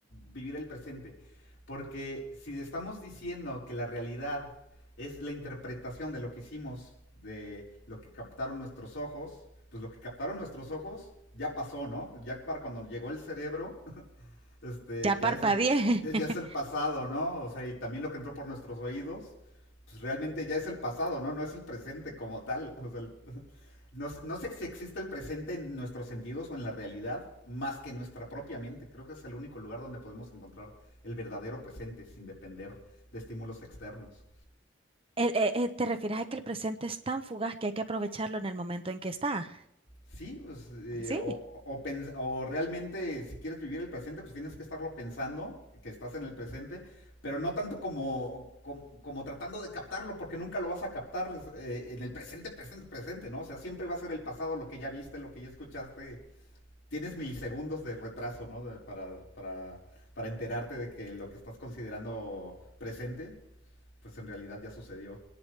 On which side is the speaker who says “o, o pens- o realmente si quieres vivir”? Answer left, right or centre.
Left